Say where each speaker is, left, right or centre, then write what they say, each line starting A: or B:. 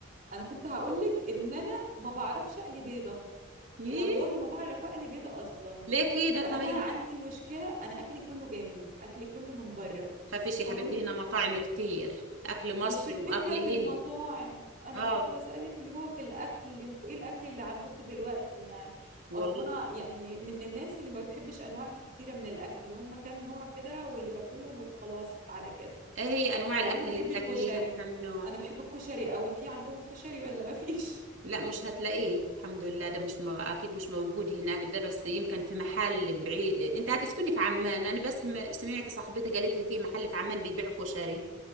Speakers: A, on the right (about 45°); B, on the right (about 80°).
A: انا كنت هقولك ان انا ما بعرفش اقلي بيضة
B: إيه؟
A: والله ما بعرف اقلي بيضة اصلا
B: ليه كده
A: فانا
B: طيب؟
A: عندي مشكلة انا اكلي كله جاهز اكلي كله من بره
B: خافيش يا
A: فكنت
B: حبيبتي هنا مطاعم كتير أكل مصري
A: مش الفكرة
B: وأكل
A: في
B: هندي
A: المطاعم انا
B: آه
A: كنت بسألك اللي هو في الاكل انتوا ايه الاكل اللي عندكم دلوقتي يعني
B: والله
A: اصلا انا يعني من الناس اللي ما بتحبش انواع كتيرة من الاكل هم كام نوع كده واللي باكلهم وخلاص على كده
B: إيه هي أنواع
A: يعني
B: الأكل
A: انا بحب
B: اللي بتاكليها
A: الكشري
B: كم نوع؟
A: انا بحب الكشري قوي في عندهم كشري ولا ما فيش
B: لا مش هتلاقيه الحمد لله ده مش مو... اكيد مش موجود هناك ده بس يمكن في محل بعيد انت هتسكني في عمان انا بس م- سمعت صاحبتي قالت لي في محل في عمان بيبيع كشري